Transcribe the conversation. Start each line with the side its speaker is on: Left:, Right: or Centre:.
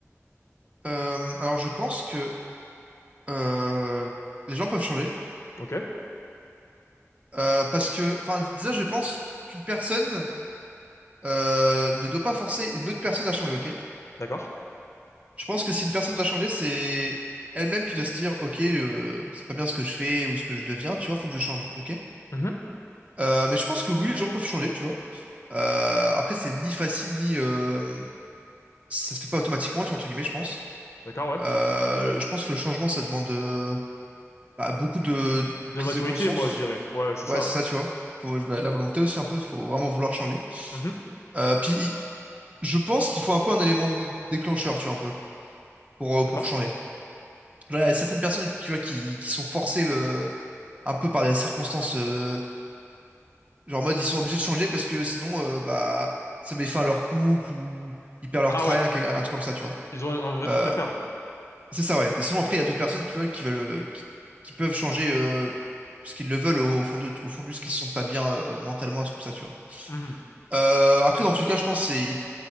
Right: Euh, alors je pense que euh, les gens peuvent changer
Left: Ok,
Right: Euh, parce que, enfin, déjà je pense qu'une personne euh, ne doit pas forcer une autre personne à changer, ok?
Left: d'accord.
Right: Je pense que si une personne doit changer, c'est elle-même qui doit se dire, ok, euh, c'est pas bien ce que je fais ou ce que je deviens, tu vois, faut que je change, ok?
Left: Mhm,
Right: Euh, mais je pense que oui, les gens peuvent changer, tu vois. Euh, après, c'est ni facile ni euh, ça se fait pas automatiquement, tu vois, entre guillemets, je pense.
Left: D'accord, ouais.
Right: Euh, je pense que le changement, ça demande euh, bah, beaucoup de
Left: De
Right: prise
Left: maturité,
Right: de conscience
Left: moi, je dirais. Ouais, c'est
Right: Ouais,
Left: ça,
Right: c'est
Left: ouais.
Right: ça, tu vois. Faut bah, la volonté aussi un peu, faut vraiment vouloir changer.
Left: Mhm,
Right: Euh, puis je pense qu'il faut un peu un élément de- déclencheur, tu vois, un peu, pour, euh, pour
Left: D'accord.
Right: changer. Genre, il y a certaines personnes, tu vois, qui, qui sont forcées euh, un peu par des circonstances, euh, genre en mode ils sont obligés de changer parce que sinon, euh, bah, ça met fin à leur couple ou ils perdent leur
Left: Ah
Right: travail,
Left: ouais,
Right: un, quel- un truc comme ça, tu vois.
Left: ils ont un un vrai
Right: Euh,
Left: truc à perdre.
Right: c'est ça, ouais. Et sinon, après, il y a d'autres personnes qui, tu vois, qui veulent, euh, qui, qui peuvent changer euh, parce qu'ils le veulent au fond de, au fond de ce qu'ils se sentent pas bien euh, mentalement, un truc comme ça, tu vois.
Left: Mhm.
Right: Euh, après, dans tout cas, je pense que c'est